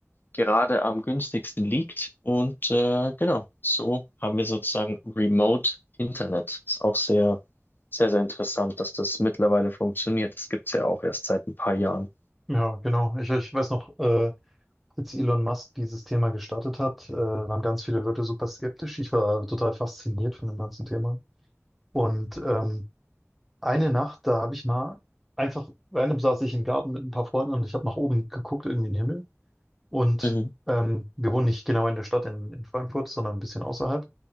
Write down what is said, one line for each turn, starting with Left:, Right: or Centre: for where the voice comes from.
Left: gerade am günstigsten liegt. Und äh, genau, so haben wir sozusagen Remote Internet. Ist auch sehr, sehr, sehr interessant, dass das mittlerweile funktioniert. Das gibt's ja auch erst seit ein paar Jahren.
Centre: Ja, genau. Ich, ich weiß noch, äh, als Elon Musk dieses Thema gestartet hat, äh, waren ganz viele Leute super skeptisch. Ich war total fasziniert von dem ganzen Thema. Und ähm, eine Nacht, da habe ich mal einfach, random saß ich im Garten mit ein paar Freunden und ich habe nach oben geguckt, irgendwie in den Himmel. Und
Left: Mhm.
Centre: ähm, wir wohnen nicht genau in der Stadt in, in Frankfurt, sondern ein bisschen außerhalb.